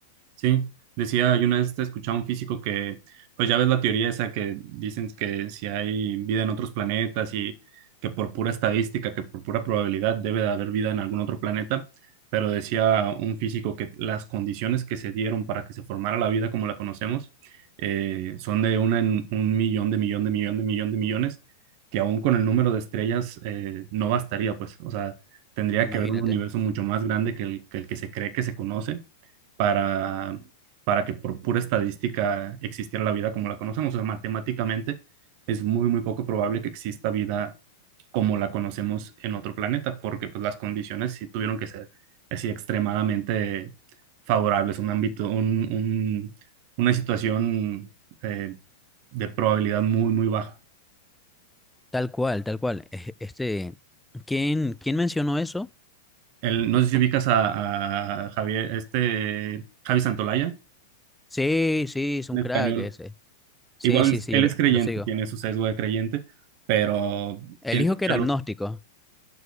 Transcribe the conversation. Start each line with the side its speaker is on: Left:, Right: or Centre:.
Right: Sí, decía, yo una vez te escuchaba un físico que, pues ya ves la teoría esa que dicen que si hay vida en otros planetas y que por pura estadística, que por pura probabilidad debe de haber vida en algún otro planeta, pero decía un físico que las condiciones que se dieron para que se formara la vida como la conocemos eh, son de una en un millón de millón de millón de millón de millones, que aún con el número de estrellas eh, no bastaría, pues, o sea, tendría
Centre: imagínate.
Right: que haber un universo mucho más grande que el que el que se cree que se conoce para, para que por pura estadística existiera la vida como la conocemos. O sea, matemáticamente es muy, muy poco probable que exista vida como la conocemos en otro planeta, porque pues las condiciones sí tuvieron que ser así extremadamente favorables, un ámbito, un, un- una situación eh, de probabilidad muy, muy baja.
Centre: Tal cual, tal cual. Es- Este, ¿quién, quién mencionó eso?
Right: El, no sé si ubicas a, a Javier, este Javi Santolaya,
Centre: Sí, sí, es un
Right: un
Centre: crack
Right: español
Centre: ese. Sí,
Right: Igual
Centre: sí, sí,
Right: él
Centre: yo lo
Right: es creyente,
Centre: lo sigo.
Right: tiene su sesgo de creyente, pero
Centre: Él
Right: tiene
Centre: dijo
Right: mucha
Centre: que era
Right: luz,
Centre: agnóstico,